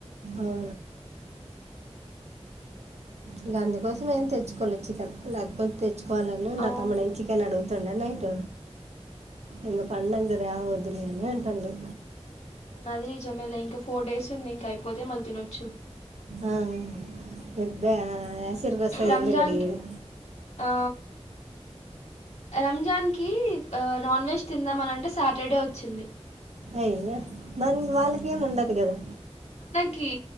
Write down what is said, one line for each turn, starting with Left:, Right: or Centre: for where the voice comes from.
Right: అవు ఇగ అందుకోసం ఏం తెచ్చుకోలె చికెన్ లేకపోతే తెచ్చుకోవాలని నా
Left: అవును
Right: తమ్ముడు చికెన్ అడుగుతుండేను నైట్ ఎంగ పండగా రాేవ ద్దులే అంటండు
Left: అది నిజమేలే ఇంక ఫోర్ డేస్ ఉంది ఇంక అయిపోతే మళ్ళీ తినొచ్చు
Right: ఆ పెద్దయా <unintelligible> అయింది
Left: రంజాన్
Right: రెడీ అయింది
Left: కి ఆ రంజాన్ కి నాన్ వెజ్ తిందామని అంటే సాటర్డే వచ్చింది
Right: అయ్యా దానికి వాళ్ళకేం ఉండదు కదా
Left: కి